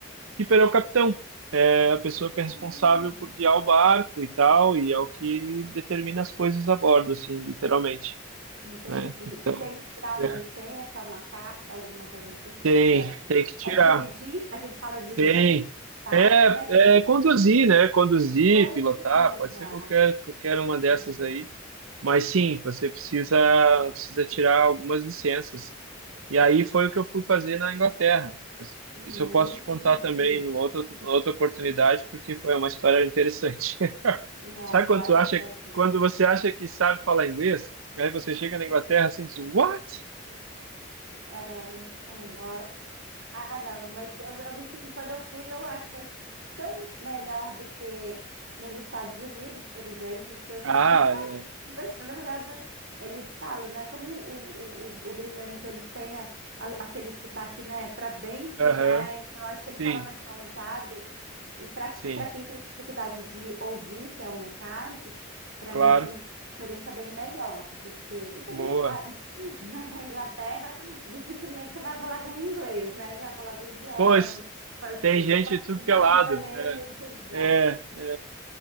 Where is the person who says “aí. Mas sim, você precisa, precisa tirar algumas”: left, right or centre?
Right